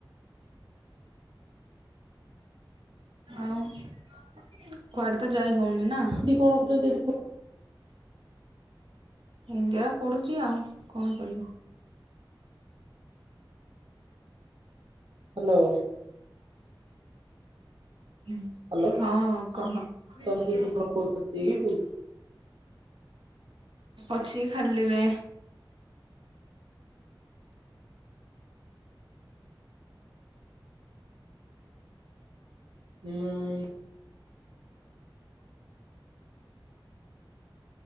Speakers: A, on the right; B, on the right.
A: ଆଉ କୁଆଡେ ତ ଯାଇ ହଉନି। ନା
B: ଦି କଣ <unintelligible> ଛନ୍ତି ଏଠି କ
A: ଏମତି ଏକା ପଢୁଚି ଆଉ କଣ କରିବୁ?
B: ହ୍ୟାଲୋ।
A: ଉଁ
B: ହ୍ୟାଲୋ
A: ହଁ
B: ତମ ଦିଦି
A: କହ।
B: କଣ କରୁଛନ୍ତି କହୁଛି
A: ଅଛି ଖାଲିରେ।
B: ମୁଁ ଏଇ